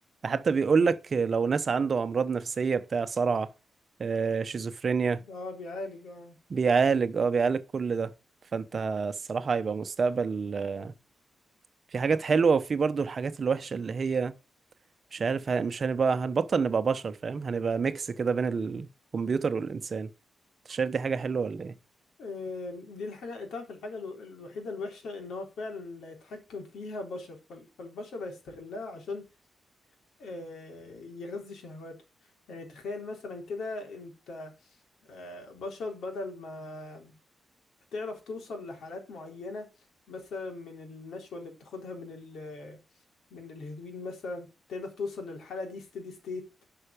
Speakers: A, on the right; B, on the left.
A: حتى بيقول لك لو ناس عنده امراض نفسية بتاع صرع آه، شيزوفرينيا
B: اه بيعالج اه
A: بيعالج اه بيعالج كل ده فانت الصراحة هيبقى مستقبل آه، في حاجات حلوة وفي برضو الحاجات الوحشة اللي هي مش عارف ه- مش هنبقى هنبطل نبقى بشر فاهم هنبقى ميكس كده بين الكمبيوتر والإنسان انت شايف دي حاجة حلوة ولا ايه؟
B: آم، دي الحاجة تعرف الحاجة الو- الوحيدة الوحشة إن هو فعلا اللي هيتحكم فيها بشر فال- فالبشر هيستغلها عشان آه، يغذي شهواته يعني تخيل مثلا كده أنت آه، بشر بدل ما هتعرف توصل لحالات معينة مثلا من النشوة اللي بتاخدها من ال من الهيروين مثلا تعرف توصل للحالة دي ستيدي ستيت